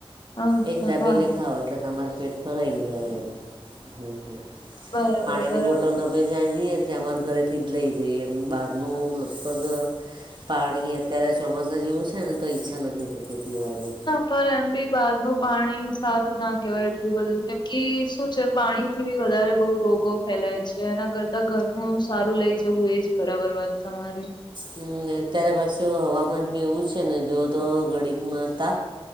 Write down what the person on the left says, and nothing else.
અચ્છા
હા હા
બરાબર
બરાબર.
હમ
પર એમ બી બહાર ન પાણી સારું ના કેહેવાય એટલું બધું કેમ કે શું છે પાણી થી બી વધારે બહુ રોગો ફેલાય છે એના કરતા ઘરનું સારું લઇ જવું એજ બરાબર વાત તમારી